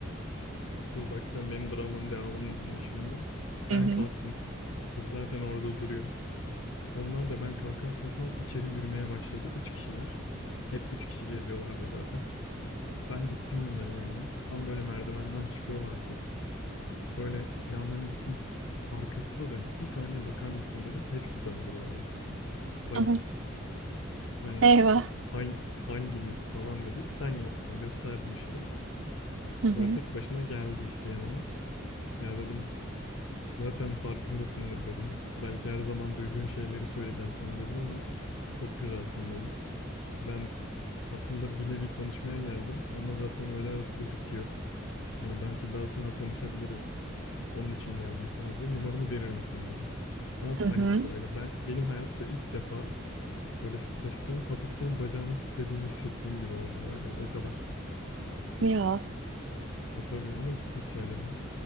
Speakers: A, on the left; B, on the right.
A: Dur bak sen benim dramanın devamını dinle şimdi.
B: Hı
A: Ben
B: hı.
A: kalktım. Kız zaten orada duruyor. Onlar da ben kalkar kalkmaz içeri yürümeye başladı. Üç kişiler. Hep üç kişi geziyorlardı zaten. Ben gittim bunların yanına. Tam böyle merdivenden çıkıyorlardı. Böyle yanlarına gittim. Arkası da dönük. Bir saniye bakar mısın dedim. Hepsi döndü böyle. Panik.
B: Aha.
A: Hani
B: Eyvah.
A: hang- hangimiz falan dedi. Sen yaptım gösterdim işte.
B: Hı hı.
A: Böyle tek başına geldi işte yanıma. Ya dedim zaten farkındasındır dedim. Belki her zaman duyduğun şeyleri söyleyeceğim sana dedim ama çok güzelsin dedim. Ben aslında bir nevi tanışmaya geldim ama zaten öğle arası da bitiyor. Hani belki daha sonra tanışabiliriz. Onun için geldim sadece. Numaranı verir misin dedim. Ama
B: Hı
A: panik
B: hı.
A: böyle. Ben benim hayatta ilk defa böyle stresten hafiften bacağımın titrediğini hissettiğim gibi oldu böyle. O kadar.
B: Ya
A: Ya tabii ama gittim söyledim.